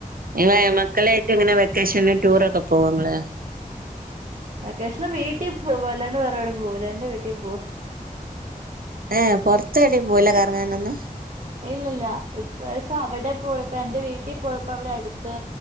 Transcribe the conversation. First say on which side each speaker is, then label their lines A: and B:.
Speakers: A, on the right; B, on the right.
A: ഇങ്ങള് മക്കളായിട്ട് എങ്ങനെ വെക്കേഷന് ടൂറൊക്കെ പോവോ ഇങ്ങള്
B: വെക്കേഷന് വീട്ടി പോവും. അല്ലാണ്ട് വേറെ എവിടെ പോവൂല എന്റെ വീട്ടി പോവും
A: ഏഹ് പൊറത്ത് എവിടെം പോവൂല കറങ്ങാനൊന്നും
B: ഇല്ലില്ല ഇപ്രാവ്ശ്യം അവിടെ പോയപ്പോ എന്റെ വീട്ടി പോയപ്പോ അവിടെ അടുത്ത്